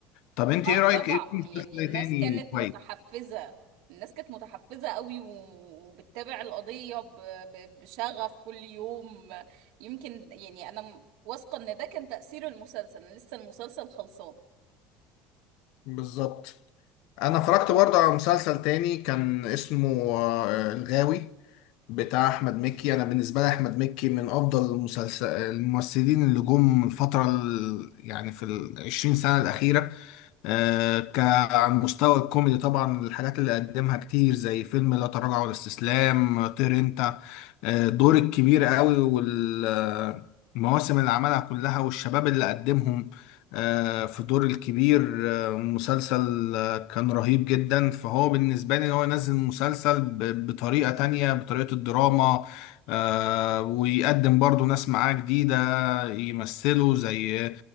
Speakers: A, on the left (about 65°); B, on the right (about 65°).
A: طب انت
B: اه
A: ايه رأيك
B: طبعا
A: ايه في
B: يعني
A: مسلسل
B: الناس
A: تاني
B: كانت
A: كويس
B: متحفزة الناس كانت متحفزة قوي و- وبتتابع القضية ب- ب- بشغف كل يوم يمكن يعني انا م- واثقة ان ده كان تأثير المسلسل أنا لسه المسلسل خلصان
A: بالظبط انا اتفرجت برضه على مسلسل تاني كان اسمه آه، الغاوي بتاع احمد مكي انا بالنسبه لي احمد مكي من افضل المسلسل الممثلين اللي جم من الفتره ال- يعني في العشرين سنه الاخيره آه، كعن مستوى الكوميدي طبعا الحاجات اللي قدمها كتير زي فيلم لا تراجع ولا استسلام طير انت آه، دور الكبير قوي والمواسم اللي عملها كلها والشباب اللي قدمهم آه، في دور الكبير آه، مسلسل آه، كان رهيب جدا فهو بالنسبة لي ان هو ينزل مسلسل ب- بطريقة تانية بطريقة الدراما آه، ويقدم برضو ناس معاه جديدة يمثلوا زي